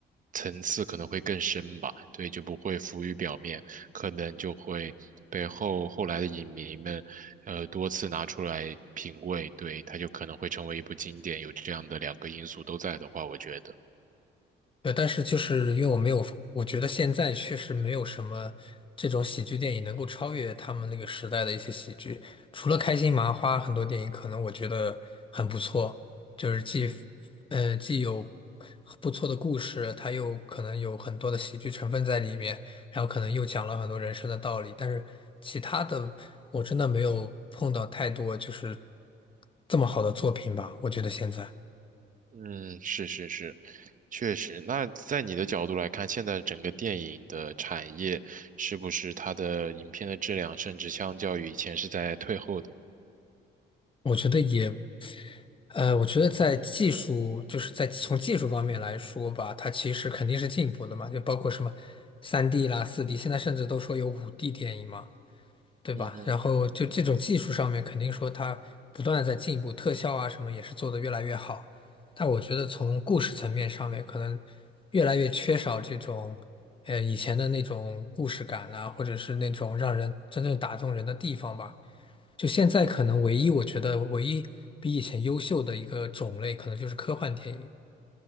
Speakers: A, on the right; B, on the left.
A: 层次可能会更深吧，对，就不会浮于表面，可能就会被后后来的影迷们，呃，多次拿出来品味，对，它就可能会成为一部经典，有这样的两个因素都在的话，我觉得。
B: 对，但是就是因为我没有，我觉得现在确实没有什么这种喜剧电影能够超越他们那个时代的一些喜剧。除了开心麻花，很多电影可能我觉得很不错，就是既
A: 嗯。
B: 呃既有不错的故事，它又可能有很多的喜剧成分在里面，然后可能又讲了很多人生的道理。但是其他的，我真的没有碰到太多就是这么好的作品吧，我觉得现在。
A: 嗯，是是是，确实。那在你的角度来看，现在整个电影的产业是不是它的影片的质量，甚至相较于以前是在退后的？
B: 我觉得也呃，我觉得在技术，就是在从技术方面来说吧，它其实肯定是进步的嘛，就包括什么三 d 啦、四 d 现在甚至都说有五 d 电影嘛，对吧？
A: 嗯哼，
B: 然后就这种技术上面，肯定说它不断的在进步，特效啊什么也是做得越来越好。但我觉得从故事层面上面，可能越来越缺少这种，呃，以前的那种故事感啊，或者是那种让人真正打动人的地方吧。就现在可能唯一我觉得唯一比以前优秀的一个种类，可能就是科幻电影。